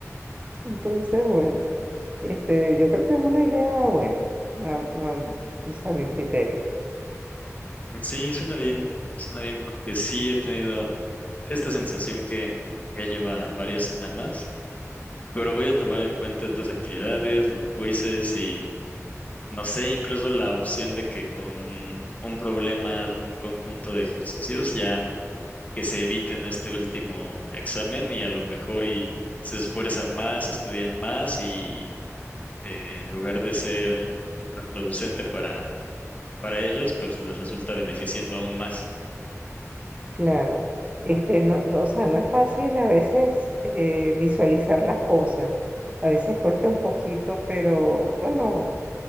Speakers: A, on the right; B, on the left.
A: entonces, bueno, este, yo creo que es una idea buena, a, a- o sea, a mi criterio.
B: sí, suena bien, suena bien porque sí he tenido esta sensación que ya lleva varias semanas, pero voy a tomar en cuenta estas actividades, los quizzes y no sé, incluso la opción de que con un problema, un conjunto de ejercicios, ya que se eviten este último examen y a lo mejor y se esfuerzan más, estudian más y eh, en lugar de ser contraproducente para para ellos, pues les resulta beneficiando aún más.
A: Claro, este, no, no, o sea, no es fácil a veces eh, visualizar las cosas. A veces cuesta un poquito, pero bueno,